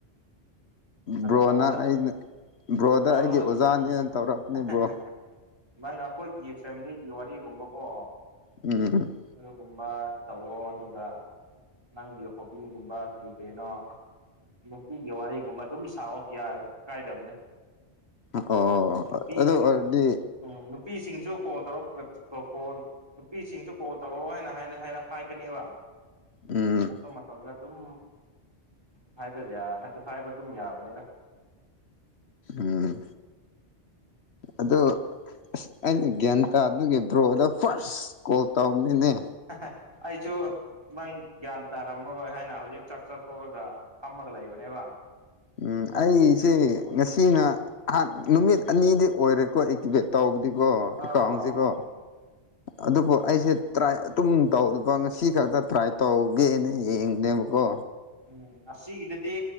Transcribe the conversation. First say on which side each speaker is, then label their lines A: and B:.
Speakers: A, on the right; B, on the left.
A: ꯀꯩꯅꯣ
B: ꯕ꯭ꯔꯣꯅ
A: ꯇꯧꯋꯣꯗ
B: ꯑꯩꯅ ꯕ꯭ꯔꯣꯗ
A: ꯅꯣ
B: ꯑꯩꯒꯤ
A: ꯅꯣꯏ
B: ꯑꯣꯖꯥꯅꯦꯅ
A: ꯎꯝ
B: ꯇꯧꯔꯛꯄꯅꯦ
A: ꯍꯥꯍꯥ
B: ꯕ꯭ꯔꯣ
A: ꯅꯪ ꯑꯩꯈꯣꯏꯒꯤ ꯐꯦꯃꯤꯂꯤꯒꯤ ꯋꯥꯔꯤꯒꯨꯝꯕꯀꯣ
B: ꯎꯝ
A: ꯑꯗꯨꯒꯨꯝꯕ ꯇꯧꯋꯣ ꯑꯗꯨꯒ ꯅꯪꯒꯤ ꯍꯣꯕꯤꯒꯨꯝꯕ ꯀ꯭ꯔꯤ ꯀ꯭ꯔꯤꯅꯣ ꯅꯨꯄꯤꯒꯤ ꯋꯥꯔꯤꯒꯨꯝꯕ ꯑꯗꯨꯝ ꯁꯥꯋꯣ ꯌꯥꯏ ꯀꯥꯏꯗꯕꯅꯦ
B: ꯑꯣ
A: ꯅꯨꯄꯤꯗꯣ
B: ꯑꯗꯨ ꯑꯣꯏꯔꯗꯤ
A: ꯄꯤ ꯎꯝ ꯅꯨꯄꯤꯁꯤꯡꯁꯨ ꯀꯣꯜ ꯇꯧꯔꯛꯄꯒ ꯀꯣꯜ ꯅꯨꯄꯤꯁꯤꯡꯁꯨ ꯀꯣꯜ ꯇꯧꯔꯛꯑꯣ ꯍꯥꯏꯅ ꯍꯥꯏꯅ ꯍꯥꯏꯅ ꯍꯥꯏꯀꯥꯅꯦꯕ
B: ꯎꯝ
A: ꯑꯗꯨ ꯃꯇꯥꯝꯗ ꯑꯗꯨꯝ ꯍꯥꯏꯕ ꯌꯥ ꯍꯥꯏꯕ ꯑꯗꯨꯝ ꯌꯥꯕꯅꯤꯗ
B: ꯎꯝ ꯑꯗꯨ ꯑꯁ ꯑꯩꯅ ꯒ꯭ꯌꯥꯟ ꯇꯥꯗꯒꯤ ꯕ꯭ꯔꯣꯗ ꯐꯥꯔꯁ ꯀꯣꯜ ꯇꯧꯕꯅꯤꯅꯦ
A: ꯍꯥꯍꯥ ꯑꯩꯁꯨ ꯅꯪ ꯒ꯭ꯌꯥꯟ ꯇꯥꯔꯝꯃꯔꯣꯏ ꯍꯥꯏꯅ ꯍꯧꯖꯤꯛ ꯆꯥꯛ ꯆꯥꯊꯣꯛꯔꯒ ꯐꯝꯃꯒ ꯂꯩꯕꯅꯦꯕ
B: ꯎꯝ ꯑꯩꯁꯦ ꯉꯁꯤꯅ ꯑꯍꯥꯟ ꯅꯨꯃꯤꯠ ꯑꯅꯤꯗꯤ ꯑꯣꯏꯔꯦꯀꯣ ꯑꯦꯛꯇꯤꯕꯦꯠ ꯇꯧꯕꯗꯤꯀꯣ
A: ꯑꯣ
B: ꯑꯦꯀꯥꯎꯟꯁꯤꯀꯣ ꯑꯗꯨꯕꯨ ꯑꯩꯁꯦ ꯇ꯭ꯔꯥꯏ ꯑꯗꯨꯝ ꯇꯧꯗꯕ ꯉꯁꯤ ꯈꯛꯇ ꯇ꯭ꯔꯥꯏ ꯇꯧꯒꯦꯅꯦ ꯌꯦꯡꯕ
A: ꯎꯝ
B: ꯅꯦꯕꯀꯣ
A: ꯎꯝ ꯑꯁꯤꯒꯤꯗꯨꯗꯤ